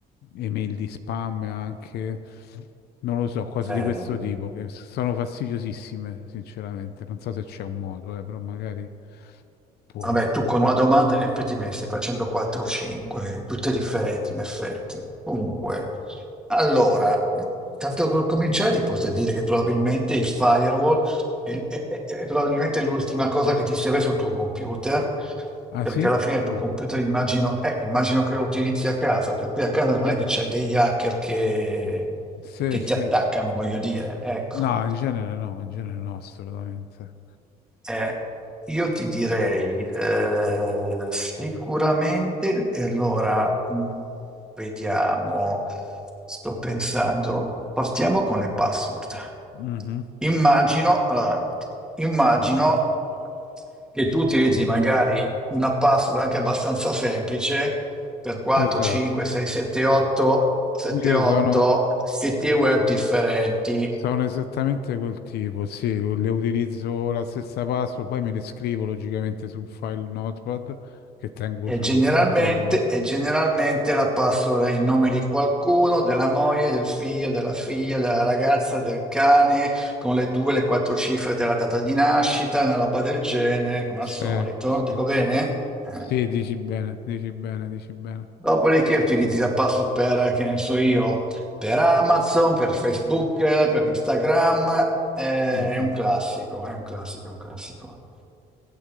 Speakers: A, on the left; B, in the centre.
A: email di spam anche, non lo so, cose di
B: Ehm,
A: questo tipo che sono fastidiosissime, sinceramente. Non so se c'è un modo, eh, però magari puoi.
B: vabbè, tu con una domanda in effetti me ne stai facendo 4 o 5, tutte differenti in effetti. Comunque, allora, tanto per cominciare ti posso dire che probabilmente il firewall è, è- è- è probabilmente l'ultima cosa che ti serve sul tuo computer,
A: Ah
B: perché
A: sì?
B: alla fine il tuo
A: Ah.
B: computer immagino, eh, immagino che lo utilizzi a casa, per cui a casa non
A: Sì.
B: è che c'hai degli hacker che
A: Sì,
B: che
A: sì.
B: ti attaccano, voglio dire, ecco.
A: No, in genere no, in genere no, assolutamente.
B: Eh, io ti direi eh, sicuramente, e allora mh, vediamo, sto pensando, partiamo con le password.
A: Mhm.
B: Immagino, allora, immagino che tu utilizzi magari una password anche abbastanza semplice per 4,
A: Esatto.
B: 5, 6, 7, 8, 7,
A: Io
B: 8
A: sono
B: siti web differenti.
A: Sono esattamente quel tipo, sì, le utilizzo la stessa password, poi me le scrivo logicamente su un file Notepad che tengo
B: E
A: sul
B: generalmente,
A: computer.
B: e generalmente la password è il nome di qualcuno, della moglie, del figlio, della figlia, della ragazza, del cane, con le due, le quattro cifre della data di nascita, una roba del genere, come
A: Sì,
B: al solito.
A: sì,
B: Dico bene?
A: sì. Sì,
B: Eh.
A: Sì, dici bene, dici bene, dici bene.
B: Dopodiché utilizzi la password per, eh, che ne so io, per Amazon, per Facebook, eh, per Instagram. eh,
A: Mhm,
B: È un classico, è un classico, è un classico.